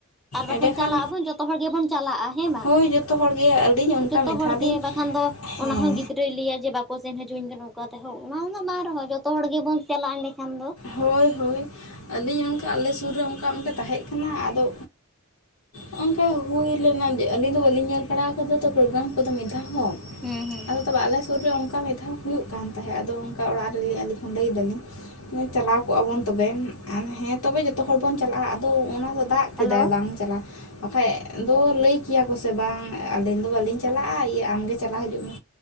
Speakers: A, in the centre; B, on the left.
A: ᱟᱨ ᱵᱟᱠᱷᱟᱱ
B: ᱮᱸᱰᱮᱠᱷᱟᱱ
A: ᱪᱟᱞᱟᱜ ᱟᱵᱚᱱ, ᱡᱷᱚᱛᱚ ᱦᱚᱲ ᱜᱮᱵᱚᱱ ᱪᱟᱞᱟᱜᱼᱟ᱾ ᱦᱮᱸ ᱵᱟᱝ
B: ᱦᱳᱭ ᱡᱚᱛᱚ ᱦᱚᱲᱜᱮ ᱟᱹᱞᱤᱧ ᱚᱱᱠᱟ
A: ᱡᱷᱚᱛᱚ
B: ᱢᱤᱫ
A: ᱦᱚᱲ
B: ᱫᱷᱟᱣ ᱞᱤᱧ
A: ᱜᱮ ᱵᱟᱠᱷᱟᱱ ᱫᱚ
B: ᱦᱮᱸ
A: ᱚᱱᱟ ᱦᱚᱸ ᱜᱤᱫᱽᱨᱟᱹ ᱜᱤᱫᱽᱨᱹᱟ ᱞᱮᱭᱟᱭ ᱡᱮ ᱵᱟᱠᱚ ᱥᱮᱱ ᱦᱚᱪᱚᱸ ᱟᱹᱧ ᱠᱟᱱᱟ᱾ ᱚᱱᱠᱟ ᱛᱮᱦᱚᱸ ᱚᱱᱟ ᱩᱱᱟᱹ ᱵᱟᱝ ᱨᱮᱦᱚᱸ ᱡᱷᱚᱛᱚ ᱦᱚᱲ ᱜᱮᱵᱚᱱ ᱪᱟᱞᱟᱜ ᱮᱸᱰᱮᱠᱷᱟᱱ ᱫᱚ᱾
B: ᱦᱳᱭ, ᱦᱳᱭ ᱟᱹᱞᱤᱧ ᱚᱱᱠᱟ ᱟᱞᱮ ᱥᱩᱨ ᱨᱮ ᱚᱱᱠᱟ ᱢᱤᱫᱴᱮᱱ ᱛᱟᱦᱮᱸ ᱠᱟᱱᱟᱭ ᱟᱫᱚ ᱱᱚᱝᱠᱟ ᱦᱩᱭ ᱞᱮᱱᱟ, ᱟᱹᱞᱤᱧ ᱫᱚ ᱵᱟᱹᱞᱤᱧ ᱧᱮᱞ ᱵᱟᱲᱟᱣ ᱟᱠᱟᱫᱟ ᱛᱚ᱾ ᱯᱨᱳᱜᱨᱟᱢ ᱠᱚᱫᱚ ᱢᱤᱫ ᱫᱷᱟᱣ ᱦᱚᱸ᱾
A: ᱦᱩᱸ ᱦᱩᱸ
B: ᱟᱫᱚ ᱛᱚᱵᱮ ᱟᱞᱮ ᱥᱩᱨ ᱨᱮ ᱚᱱᱠᱟ ᱢᱤᱫ ᱫᱷᱟᱣ ᱦᱩᱭᱩᱜ ᱠᱟᱱ ᱛᱟᱦᱮᱸᱫ᱾ ᱟᱫᱚ ᱚᱱᱠᱟ ᱚᱲᱟᱜ ᱨᱮᱞᱤᱧ ᱟᱹᱞᱤᱧ ᱞᱟᱹᱭᱮ ᱫᱟᱞᱤᱧ᱾ ᱪᱟᱞᱟᱣ ᱠᱚᱜᱼᱟ ᱵᱚᱱ ᱛᱚᱵᱮ, ᱟᱨ ᱦᱮᱸ ᱛᱚᱵᱮ ᱡᱷᱚᱛᱚ ᱦᱚᱲ ᱵᱚᱱ ᱪᱟᱞᱟᱜᱼᱟ᱾ ᱟᱫᱚ ᱚᱱᱟ ᱫᱚ ᱫᱟᱜ ᱠᱮᱫᱟᱭ
A: ᱦᱮᱞᱳ
B: ᱵᱟᱝ ᱪᱟᱞᱟᱜ ᱵᱟᱠᱷᱟᱡ ᱫᱚ ᱞᱟᱹᱭ ᱠᱮᱭᱟ ᱠᱚᱥᱮ ᱵᱟᱝ ᱟᱹᱞᱤᱧ ᱫᱚ ᱵᱟᱹᱞᱤᱧ ᱪᱟᱞᱟᱜᱼᱟ᱾ ᱤᱭᱟᱹ ᱟᱢᱜᱮ ᱪᱟᱞᱟᱣ ᱦᱤᱡᱩᱜ ᱢᱮ?